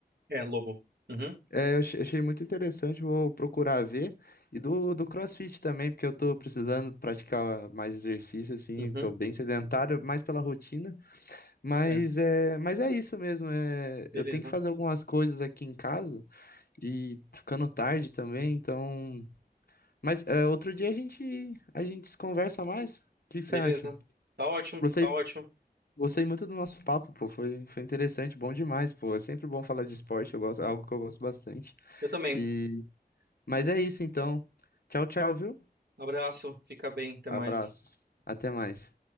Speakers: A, on the right; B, on the left.
A: É, Lobo. Uhum.
B: É, eu achei, achei muito interessante, vou procurar ver. E do, do CrossFit também, porque eu tô precisando praticar mais exercício, assim,
A: Uhum.
B: tô bem sedentário, mais pela rotina. Mas
A: É,
B: é, mas é isso mesmo, é,
A: beleza,
B: eu tenho que fazer algumas coisas aqui em casa. E tá ficando tarde também, então. Mas é, outro dia a gente a gente se conversa mais. O que você
A: beleza.
B: acha?
A: Tá ótimo,
B: Gostei,
A: tá ótimo.
B: gostei muito do nosso papo, pô. Foi, foi interessante, bom demais, pô. É sempre bom falar de esporte, eu gosto, é algo que eu gosto bastante.
A: Eu também.
B: E mas é isso então. Tchau, tchau, viu?
A: Abraço, fica bem, até
B: Abraços.
A: mais.
B: Até mais.